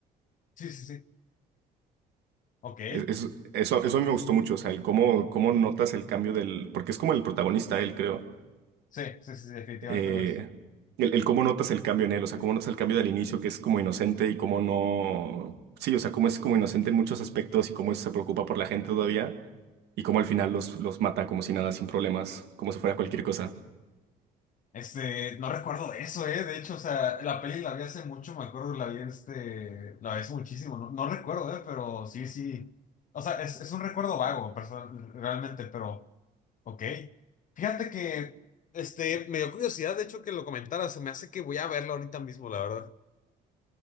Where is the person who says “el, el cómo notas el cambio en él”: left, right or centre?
Right